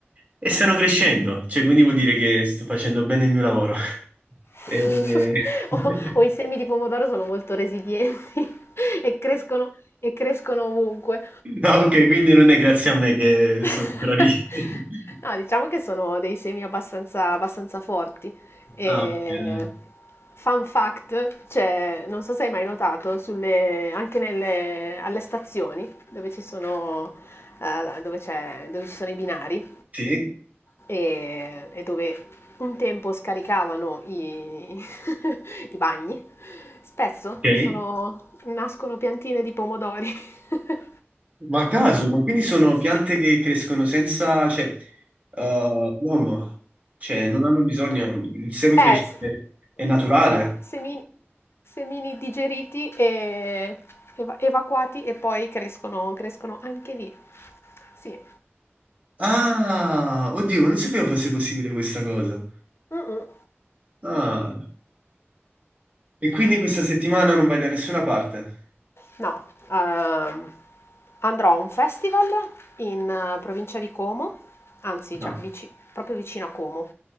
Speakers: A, on the right; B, on the left.
A: e stanno crescendo, cioè quindi vuol dire che sto facendo bene il mio lavoro. <laughs>
B: <laughs>
A: E- <laughs>
B: O o i semi di pomodoro sono molto resilienti <laughs> e crescono e crescono ovunque.
A: No, ok, quindi non è grazie a me che sono
B: <laughs>
A: bravi. <laughs>
B: No, diciamo che sono dei semi abbastanza abbastanza forti. E
A: Ah, ok, dai.
B: fun fact, c'è non so se hai mai notato sulle anche nelle alle stazioni dove ci sono, ehm, la dove c'è dove ci sono i binari,
A: Sì,
B: e, e dove un tempo scaricavano i, <laughs> i bagni, spesso
A: ok.
B: ci sono, nascono piantine di pomodori. <laughs>
A: Ma a caso, ma quindi sono
B: Sì.
A: piante che crescono senza, cioè, eh, l'uomo, cioè, non hanno bisogno, il seme cresce,
B: Eh, s-
A: è naturale.
B: se- semini, semini digeriti e eva- evacuati e poi crescono, crescono anche lì. Sì.
A: Ah, oddio, non sapevo fosse possibile questa cosa.
B: Mm, mm.
A: Ah, e quindi questa settimana non vai da nessuna parte?
B: No, ehm, andrò a un festival in eh, provincia di Como, anzi,
A: No.
B: cioè vici- proprio vicino a Como,